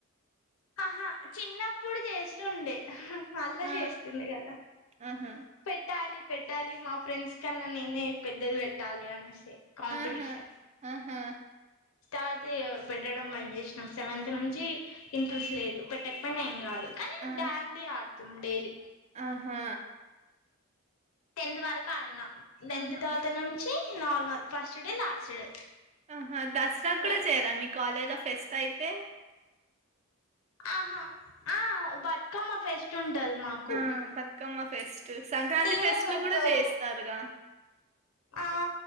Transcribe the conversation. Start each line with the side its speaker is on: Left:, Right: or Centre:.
Left: ఆహా చిన్నప్పుడు చేస్తుండే అల్లా
Right: ఆ!
Left: చేస్తుండే కదా
Right: ఆహా!
Left: పెట్టాలి పెట్టాలి మా ఫ్రెండ్స్ కన్నా నేనే పెద్దది పెట్టాలి అనేసి కాంపిటీషన్
Right: ఉహూ ఉహూ
Left: తర్వాత పెట్టడం బంద్ చేసినాం సెవెంత్ నుంచి ఇంట్రెస్ట్
Right: ఆహా!
Left: లేదు పెట్టక పయిన ఏం కాదు కానీ
Right: ఆ!
Left: దాండియా ఆడుతం డైలీ
Right: ఆహా
Left: టెన్త్ వరకు ఆడిన టెన్త్
Right: ఆహా!
Left: తర్వాత నుంచి normal first day last day
Right: ఆహా దసరా కూడా
Left: వెల్
Right: చేయరా మీ కాలేజ్ లో ఫెస్ట్ అయితే
Left: ఆహా ఆ బతుకమ్మ ఫెస్ట్ ఉంటది మాకు
Right: ఆ Bathukamma fest Sankranti
Left: DJ
Right: fest
Left: పెడతారు
Right: లు కూడా చేస్తారుగా
Left: ఆ